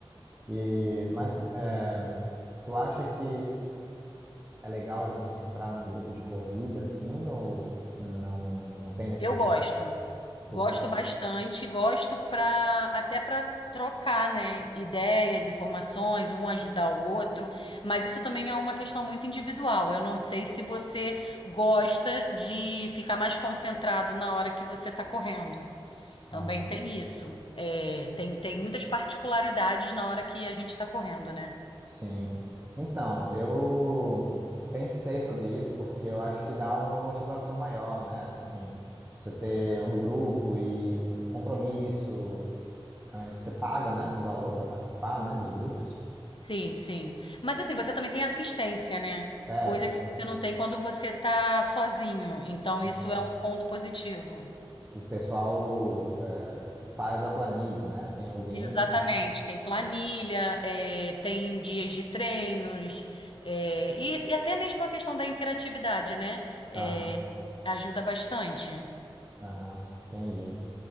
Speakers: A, on the right; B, on the left.
A: E, mas é, tu acha que é legal jun- entrar num grupo de corrida, assim, ou não, não tem necessidade?
B: Eu gosto.
A: Tu
B: Gosto
A: gosta?
B: bastante, gosto para até para trocar, né, ideias, informações, um ajudar o outro, mas isso também é uma questão muito individual. Eu não sei se você gosta de ficar mais concentrado na hora que você está correndo. Também
A: Aham,
B: tem isso. É, tem, tem muitas particularidades na hora que a gente está correndo, né?
A: sim. Então, eu pensei sobre isso porque eu acho que dá uma motivação maior, né? Assim, você ter um grupo e um compromisso, Também você paga, né, um valor para participar, né, dos grupos.
B: Sim, sim. Mas assim, você também tem assistência, né?
A: É,
B: Coisa
A: tem
B: que você
A: uns-
B: não tem quando você tá sozinho. Então,
A: sim.
B: isso é um ponto positivo.
A: O pessoal é, faz a planilha, né? Tem alguém.
B: Exatamente. Tem planilha, é, tem dias de treinos, é, e, e até mesmo a questão da interatividade, né? É,
A: Aham,
B: ajuda bastante.
A: aham, entendi.